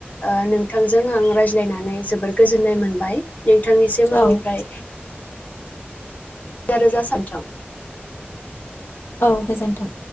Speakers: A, on the left; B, on the left.
A: ओ नों थांजों आं रायज्लायनानै जोबोर गोजोननाय मोनबाय नोंथांनिसिम
B: औ
A: आंनिफ्राय रोजा रोजा सा नोंथां
B: औ गोजोन्थों